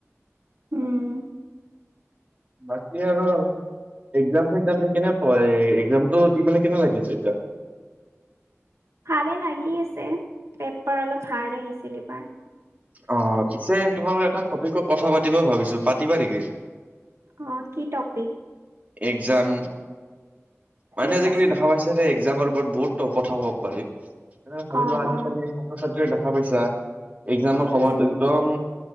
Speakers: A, on the right (about 70°); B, on the right (about 30°).
A: উম।
B: বাকী আৰু এক্সাম চেগজাম দি কেনে এই এক্সামটো দি কেনে কেনে লাগিছে? তেতিয়া-
A: ভালে লাগি আছে পেপাৰ অলপ হাৰ্ড আহিছিল ইবাৰ।
B: অঁ পিছে তোমালোকে এটা টপিকত কথা পাতিবা ভাবিছো পাতিবা নেকি?
A: অ কি টপিক-
B: এক্সাম মানে
A: ঠিক
B: আজিকালি
A: আছে
B: দেখা পাইছে যে- এক্সাম ওপৰত বহুত কথা ক'ব পাৰে। ভাবিলো
A: অ
B: আজিকালি
A: অ
B: ছাত্ৰ ছাত্ৰীয়ে দেখা পাইছা। এক্সাম সময়ত
A: উম
B: একদম